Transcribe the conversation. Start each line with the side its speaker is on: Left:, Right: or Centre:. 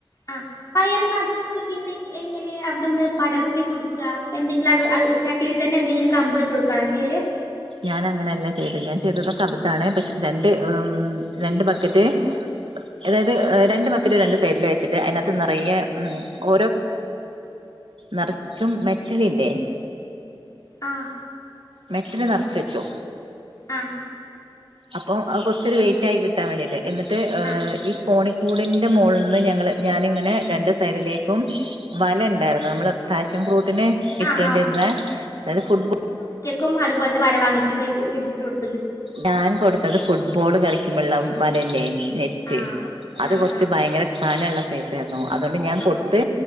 Left: ആ പയർ നട്ടട്ട് പിന്നെ എങ്ങനെ അവിടുന്ന് പടർത്തി കൊടുക്ക എന്തെങ്കില അ ചട്ടിയിൽ തന്നെ എന്തെങ്കിലും കമ്പ് വെച്ച് കൊടുക്കാണോ ചെയ്യല്
Right: ഞാൻ അങ്ങനെയല്ല ചെയ്ത ഞാൻ ചെയ്തക്കവിത്താണ് പക്ഷെ രണ്ട് രണ്ട് ബക്കറ്റ് അതായത് രണ്ട് ബക്കറ്റ് രണ്ട് സൈഡിൽ വെച്ചിട്ട് അതിനകത്ത് നിറയെ ഉ ഓരോ നിറച്ചും മെറ്റലല്ലേ
Left: ആഹ
Right: മെറ്റിന നിറച്ച വെച്ചോ
Left: ആഹ
Right: അപ്പൊ കുറച്ചൊരു വെയിറ്റ് ആയി കിട്ടാൻ വേണ്ടിട്ട് എന്നിട്ട്
Left: ആഹ്
Right: ഈ കോണി കൂടിന്റെ മുകളിൽ നിന്ന് ഞങ്ങള് ഞാനിങ്ങനെ രണ്ട് സൈഡിലേക്കും വല ഉണ്ടായിരുന്നു നമ്മള് പാഷൻ ഫ്രൂട്ട് ന് ഇട്ടണ്ടിരുന്ന
Left: ആഹ് ആഹ്
Right: അതായത് ഫുട്ബോൾ
Left: ും അതുപോലത്തെ വല വങ്ങിച്ച് ഇ കൊടു
Right: ഞാൻ കൊടുത്തത് ഫുട്ബോൾ കളിക്ക മുള്ള വലല്ലേ നെറ്റ്
Left: ആഹ്
Right: അത്
Left: ആഹ്
Right: കുറച്ച്
Left: ആഹ്
Right: ഭയങ്കര കാനുള്ള ശ <unintelligible> അതുകൊണ്ട് ഞാൻ
Left: ആഹ്
Right: കൊടുത്ത്